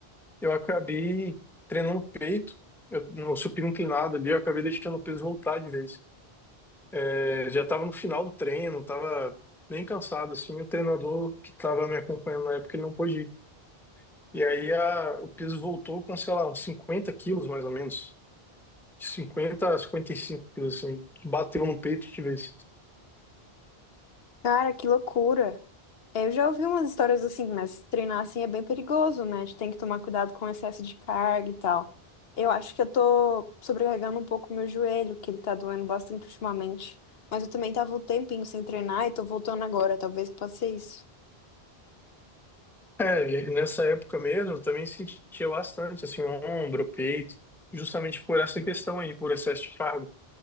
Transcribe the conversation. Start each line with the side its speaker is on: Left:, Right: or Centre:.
Centre: eu acabei treinando peito, eu, no supino inclinado ali, eu acabei deixando o peso voltar de vez. É, já estava no final do treino, estava bem cansado, assim, o treinador que estava me acompanhando na época, ele não pôde ir. E aí a- o peso voltou com, sei lá, uns 50 quilos, mais ou menos. De 50 a 55 quilos, assim, que bateu no peito de vez.
Left: Cara, que loucura. Eu já ouvi umas histórias assim, mas treinar assim é bem perigoso, né? A gente tem que tomar cuidado com o excesso de carga e tal. Eu acho que eu tô sobrecarregando um pouco o meu joelho, que ele tá doendo bastante ultimamente. Mas eu também tava um tempinho sem treinar e tô voltando agora, talvez possa ser isso.
Centre: É, e nessa época mesmo, eu também sentia bastante, assim, ombro, peito, justamente por essa questão aí, por excesso de cargo.